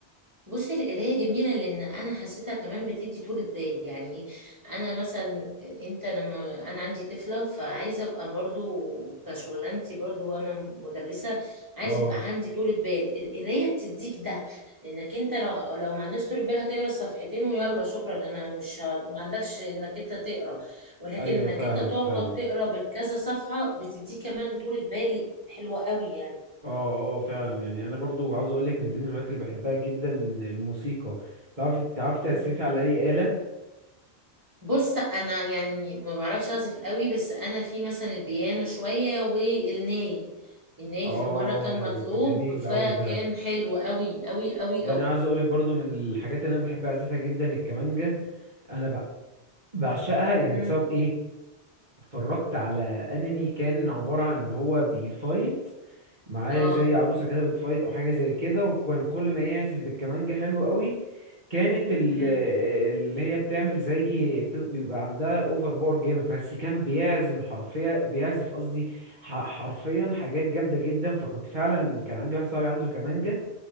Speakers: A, on the right; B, on the right.
A: بصي القراية جميلة لأن أنا حسيتها كمان بتدي طولة بال يعني إيه؟ أنا مثلا أنت لما أنا عندي طفلة فعايزة أبقى برضو كشغلانتي برضو أنا مدرسة عايزة
B: اه
A: يبقى عندي طولة بال القراية بتديك ده إنك أنت لو لو ما عندكش طولة بال هتقرا صفحتين ويلا شكرا أنا مش ه- ما عندكش إنك أنت تقرا ولكن
B: ايوه
A: إنك
B: فاهمك
A: أنت تقعد
B: فاهمك
A: تقرا بكذا صفحة بتديك كمان طولة بال حلوة قوي يعني
B: اه اه فعلا يعني انا برضو عاوز اقول لك من ضمن الهوايات اللي بحبها جدا الموسيقى تعرف تعرف تعزفي
A: إمم.
B: على اي آلة
A: بص انا يعني ما بعرفش اعزف قوي بس انا في مثلا البيانو شويه والناي الناي
B: اه
A: في مره كان مطلوب
B: ده جميل
A: فكان
B: قوي ده
A: حلو قوي قوي قوي
B: يعني
A: قوي
B: عاوز اقول لك برضو من الحاجات اللي انا بحب اعزفها جدا الكمانجة انا بقى بعشقها يعني
A: مم.
B: بسبب ايه اتفرجت على انمي كان عبارة عن ان هو بيفايت معاه
A: اه
B: زي عروسة كده بتفايت او حاجة زي كده وكان كل ما يعزف بالكمانجة حلو قوي كانت ال-
A: مم.
B: اللي هي بتعمل زي بت- بيبقى عندها اوفر باور جامد بس كان بيعزم حرفيا بيعزف قصدي ح- حرفيا حاجات جامدة جدا فكنت فعلا كان عندي واحد صاحبي عنده كمانجة